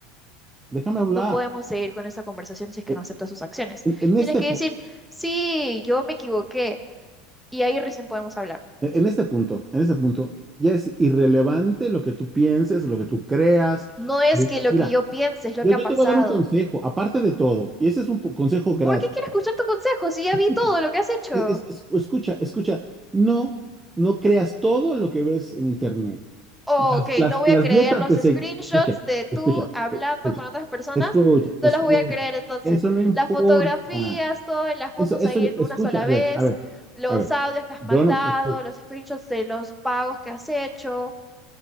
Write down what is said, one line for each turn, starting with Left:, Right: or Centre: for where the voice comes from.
Right: déjame hablar,
Centre: No podemos seguir con esta conversación si es
Right: eh,
Centre: que no aceptas sus acciones.
Right: en, en
Centre: Tienes
Right: este,
Centre: que
Right: pu-
Centre: decir, sí, yo me equivoqué y ahí recién podemos hablar.
Right: en este punto, en este punto, ya es irrelevante lo que tú pienses, lo que tú creas.
Centre: No es
Right: Mu-
Centre: que lo
Right: Mira,
Centre: que yo piense es lo
Right: yo,
Centre: que
Right: yo
Centre: ha pasado.
Right: te voy a dar un consejo, aparte de todo, y ese es un po- consejo gratis.
Centre: ¿Por qué quiero escuchar tu consejo si ya
Right: Escucha,
Centre: vi todo lo que has hecho?
Right: es- es- es- escucha, escucha, no, no creas todo lo que ves en internet.
Centre: Oh,
Right: Las,
Centre: ok,
Right: las,
Centre: no voy
Right: las
Centre: a creer
Right: dietas
Centre: los
Right: que
Centre: screenshots
Right: se... Escucha,
Centre: de tú
Right: escucha,
Centre: hablando
Right: escucha,
Centre: con otras personas.
Right: escucha,
Centre: No
Right: escucha,
Centre: las voy a creer entonces.
Right: eso no importa.
Centre: Las fotografías, todas las fotos
Right: Eso, eso,
Centre: ahí
Right: yo-
Centre: en
Right: escucha,
Centre: una sola
Right: a
Centre: vez,
Right: ver, a ver,
Centre: los
Right: a ver.
Centre: audios que has
Right: Yo
Centre: mandado,
Right: no, escucha,
Centre: los screenshots de los pagos que has hecho.